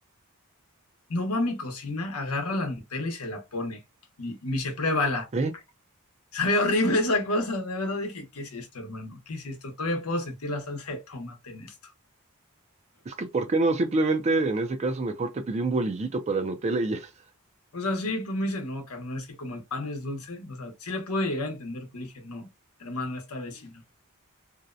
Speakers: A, on the left; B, on the right.
A: No va a mi cocina, agarra la Nutella y se la pone. Y, y me dice, pruébala.
B: ¿Eh?
A: <laughs> Sabe horrible esa cosa, de verdad dije, ¿qué es esto, hermano? ¿Qué es esto? Todavía puedo sentir la salsa de tomate en esto.
B: Es que, ¿por qué no? Simplemente, en ese caso, mejor te pedí un bolillito para Nutella y ya. <laughs>
A: O sea, sí, pues me dice, no, carnal, es que como el pan es dulce, o sea, sí le puedo llegar a entender, pero dije, no, hermano, esta vez sí no.